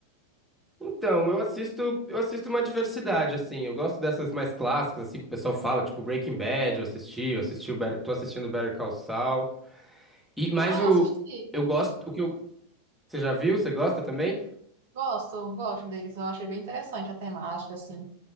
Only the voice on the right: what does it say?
Ah,
eu assisti,
gosto, gosto deles, eu achei bem interessante a temática, assim,